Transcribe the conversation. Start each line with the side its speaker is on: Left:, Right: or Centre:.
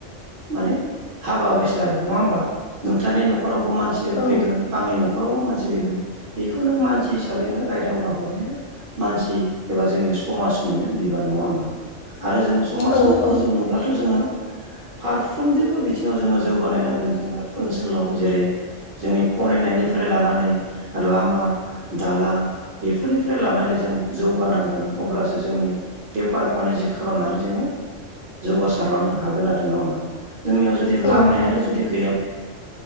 Right: माने हाबा बायसा आरो नङा होनबा नोंथांनि न'खराव बो मानसि फैगोन
Left: औ
Right: आंनि न'खर न'खरावबो मानसि फैगोन बेखौ नोंङो मानसि हिसाबै नोङो रायदावना हरनाया मानसि एबा जोंनि समाजनिनो बिबान नङा होमबा आरो जों समाजखौ
Left: औ
Right: फोजौनोब्लाथ'
Left: औ
Right: जोंङो फारफ्रोमनिबो बिथिङाव जोंङो जौगानाय नांगोन जोंङो ओनसोलाव जेरै जोंनि फरायनायनिफ्राय लानानै लामा दालां बेफोरनिफ्राय लानानै जों जौगानांगोन अब्लासो जोंनि बेफार फानि जो खालामनानै जोंङो जौगासारलांनो हागोन आरो नङा होमबा जोंनियाव जुदि
Left: औ
Right: लामायानो
Left: नंगौ
Right: जुदि गैयाब